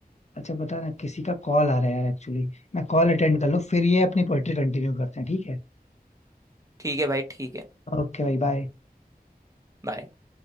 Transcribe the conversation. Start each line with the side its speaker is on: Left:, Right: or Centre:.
Left: अच्छा पता ना किसी का कॉल आ रहा है यार एक्चुअली मैं कॉल अटेंड कर लूँ फिर ये अपनी पोएट्री कंटिन्यू करते हैं ठीक है
Right: ठीक है भाई ठीक है
Left: ओके भाई बाय
Right: बाय